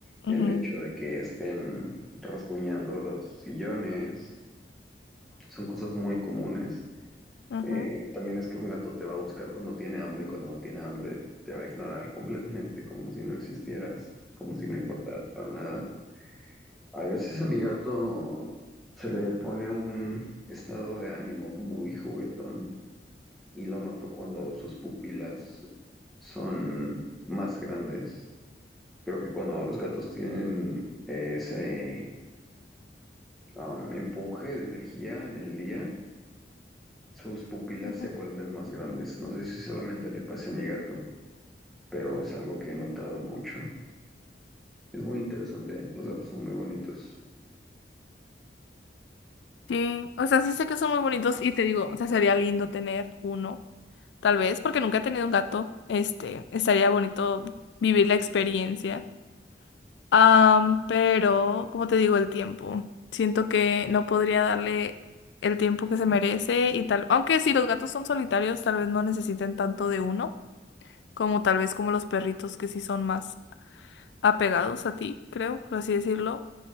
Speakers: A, in the centre; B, on the left (about 85°).
A: el
B: Ujú,
A: hecho de que estén rasguñando los sillones, son cosas muy comunes
B: ujú,
A: Eh, también es que un gato te va a buscar cuando tiene hambre, cuando no tiene hambre te va a ignorar completamente, como si no existieras, como si no importaras para nada. A veces a mi gato se le pone un estado de ánimo muy juguetón y lo noto cuando sus pupilas son más grandes. Creo que cuando los gatos tienen eh, ese um, empuje de energía en el día, sus pupilas
B: ujú.
A: se vuelven más grandes. No sé si solamente le pase a mi gato. pero es algo que he notado mucho. Es muy interesante, los datos son muy bonitos.
B: Sí, o sea, sí sé que son muy bonitos y te digo, o sea, sería lindo tener uno, tal vez, porque nunca he tenido un gato, este, estaría bonito vivir la experiencia, Am, pero, como te digo, el tiempo, siento que no podría darle el tiempo que se merece y tal, aunque si los gatos son solitarios, tal vez no necesiten tanto de uno, como tal vez como los perritos que sí son más apegados a ti, creo, por así decirlo.